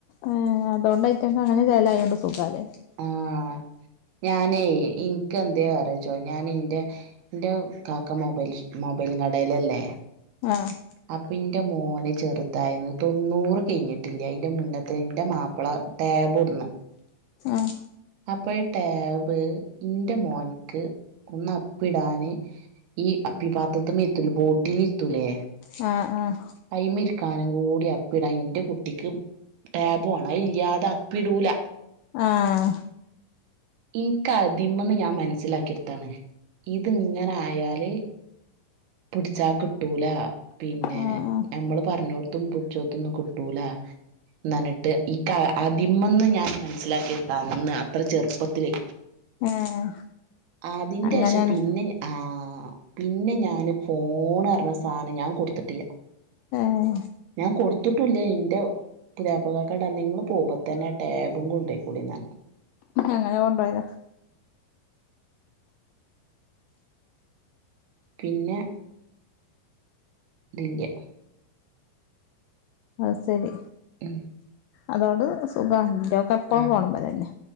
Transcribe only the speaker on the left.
ഏ അതുകൊണ്ട് ഏറ്റൊക്ക അങ്ങനെ ചിലായതോണ്ട് സുഖാലല്
ആഹ്
ആഹ
ആ ആ
ആഹ
ആഹ് ആഹ്
ഏഹ്
അങ്ങനെയാണ്
ഏഹ്
അങ്ങനെ കൊണ്ട പോോയതാ
അഹ ശരി
അതോട് സുഖന്റെൊക്കെ എപ്പഴും
പോണ പോോലന്നെ